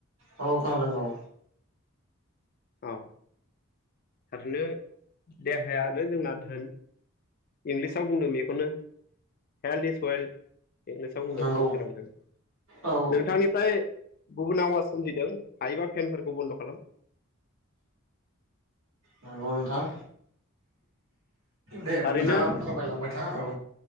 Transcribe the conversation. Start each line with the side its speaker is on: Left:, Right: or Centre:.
Right: औ खोनादों औ
Left: औ थारनो देहायानो जोंना धोन इंलिसाव बुंदों बेखौनो हेल्थ इस वेल इंलिसाव बुंदों
Right: नंगौ
Left: फंस दावोन <unintelligible>
Right: औ
Left: नोंथांनिफ्राय गुबुन आवाज सोमजिदों हायोबा फेनफोरखौ बन्द' खालाम
Right: नांगौ नोंथां दे
Left: थारैनो
Right: नोंथाङा फमायलांबाय था औ